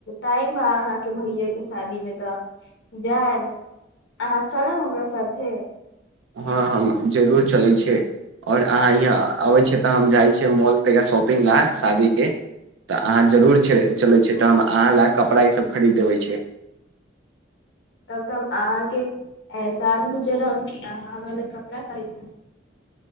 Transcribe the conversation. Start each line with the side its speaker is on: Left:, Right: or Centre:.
Left: टाइम आ अहाँके भैये के शादी मे तऽ जायब अहाँ चलब हमरा साथे
Right: हँ हम जरूर चलै छियै और अहाँ यहाँ अबे छियै तऽ हम जाय छियै मॉल त शॉपिंग ला शादी के तऽ अहाँ जरूर च चलै छियै तऽ हम अहाँ लए कऽ कपड़ा इसभ खरीद देबै छी <inaudible>
Left: तब तऽ हम अहाँके एहसान गुजर रहम कि अहाँ हम ल कपड़ा खरीदू